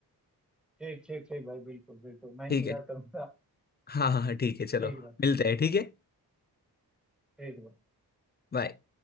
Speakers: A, in the centre; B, on the left (about 25°).
A: ठीक ठीक ठीक भाई बिल्कुल बिल्कुल मैं
B: ठीक
A: इंतजार
B: है
A: करूंगा
B: हाँ हाँ हाँ ठीक है चलो
A: ठीक है भाई
B: मिलते हैं ठीक
A: हाँ,
B: है
A: ठीक है भाई
B: बाय